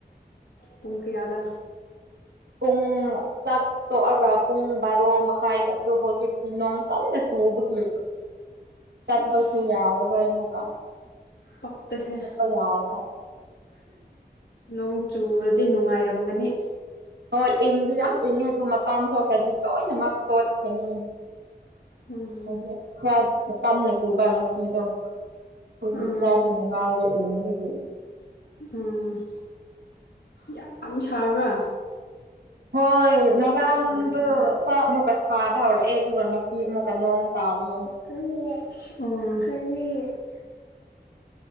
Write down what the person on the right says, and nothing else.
ꯄꯨꯡ ꯆꯥꯛ ꯇꯣꯛꯑꯒ ꯄꯨꯡ ꯕꯥꯔꯣ ꯃꯈꯥꯏꯗ ꯑꯗꯨ ꯍꯧꯖꯤꯛꯇꯤ ꯅꯣꯡ ꯀꯟꯅ ꯆꯨꯕꯒꯤ ꯇꯠꯄꯁꯨꯨ
ꯌꯥꯔꯔꯣꯢꯕ ꯑꯃꯨꯛꯒ
ꯆꯠꯄ ꯌꯥꯗꯕ
ꯍꯣꯏ ꯏꯪꯗꯨ ꯌꯥꯝ ꯏꯪꯉꯦ ꯑꯗꯨ ꯃꯄꯥꯟ ꯊꯣꯛꯈ꯭ꯔꯗꯤ ꯂꯣꯏꯅꯃꯛ ꯇꯣꯠꯀꯅꯤ
ꯍꯧꯖꯤꯛ ꯈꯔ ꯀꯟꯅ ꯆꯎꯕ ꯉꯁꯤꯗꯣ ꯍꯧꯖꯤꯛ
ꯈꯔꯗꯤ ꯅꯨꯡꯉꯥꯏꯔꯦ ꯏꯪꯕꯒꯤ
ꯍꯣꯏ ꯉꯔꯥꯡꯗꯨ
ꯃꯨꯛꯀ ꯁꯥꯕ ꯍꯧꯔꯛꯑꯦ ꯑꯗꯨꯒ ꯉ ꯑꯃꯨꯛꯀ ꯅꯣꯡ ꯇꯥꯔꯦ